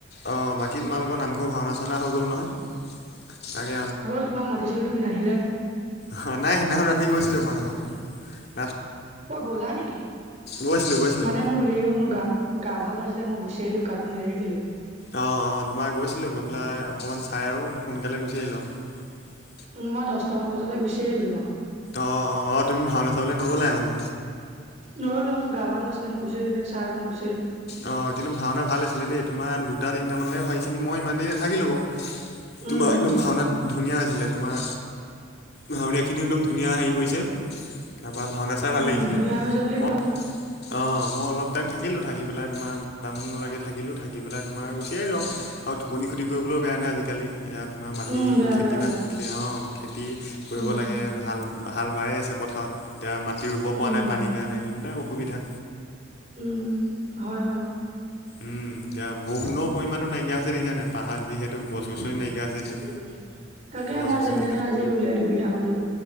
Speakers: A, on the left; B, on the right.
A: অ বাকী তোমালোকৰ নামঘ ভাওনা চানা হৈ গ'ল নহয়? তাকে
B: হল তোমাক মাতিছিলো তুমি নাহিলাই।
A: হ নাই সেইদিনাখন ৰাতি গৈছিলো ভাওনা চাব।
B: অই গ'লা নেকি,
A: গৈছিলো গৈছিলো
B: মানে মোৰ হেৰি হ'ল মোৰ গা গা ভাল নাছিলেই গুচি আহিলো কাকো এ নদেখিলোঁৱেই।
A: অ, অ তোমাৰ গৈছিলো গৈ পেলাই অকমান চাই আৰু সোনকালে গুচি আহিলোঁ আৰু।
B: উ মই দশটামান বজালৈ গুচি আহিলো তোমাৰ।
A: অ' অ' তুমি ভাওনা চাবলৈ নগলাই মানে।
B: নগলো মোৰ গা ভাল নাছিলে মই গুচো ধুনীয়া চাহ অকন গু
A: অ কিন্তু ভাওনা ভাল আছিলে দেই তোমাৰ দুটা তিনিটামানলৈকে হয় চিনি মই ইমান দেৰি নাথাকিলো বাৰু।
B: উম
A: তোমাৰ একদম ভাওনাত ধুনীয়া হৈছিলে তোমাৰ ভাওৰীয়াখিনি একদম ধুনীয়া হেৰি কৰিছে। তাৰপৰা ভাওনা চাই
B: উম
A: ভাল লাগিছিলে
B: ধুনীয়া হৈ যে বুলি
A: মই
B: কোৱা শুন
A: অ মই অলপ টাইম থাক থাকিলোঁ থাকি পেলাই তোমাৰ দুটামানলৈকে থাকিলো থাকি পেলাই তোমাৰ গুচি আহিলোঁ আও, আৰু টোপনি খতি কৰিবলৈও বেয়া নহে আজিকালি ইয়াত তোমাৰ মাটি
B: উম বেয়া
A: খেতি
B: বেয়া
A: বাতি
B: বেয়া
A: অঁ খেতি কৰিব
B: উম
A: লাগে হাল হাল বাই আছে পথাৰত এতিয়া মাটি ৰুব পৰা
B: উম
A: নাই পানীৰ কাৰণে, এইবিলাক অসুবিধা।
B: উম উম হয় হয়।
A: উম এতিয়া বৰষুণৰ পৰিমাণো নাইকিয়া হৈছে দেখিছা নাই, পাহাৰত যিহেতু গছ গছনি নাইকিয়া হৈছে এতিয়া
B: উম তাকে
A: গছ
B: আমাৰ
A: গছনি
B: যেন তেনে আজি ৰুলে দুবিঘা মাটি।